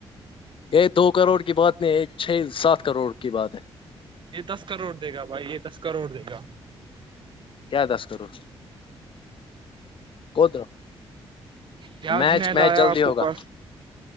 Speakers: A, on the left; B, on the right.
A: یہ دو کروڑ کی بات نہیں ہے چھ سات کروڑ کی بات ہے
B: یہ دس کروڑ دے گا بھائی یہ دس کروڑ دے گا
A: کیا دس کرو کو تور
B: کیا
A: میچ
B: جنید
A: میچ
B: آیا
A: جلدی
B: آپ کے
A: ہوگا
B: پاس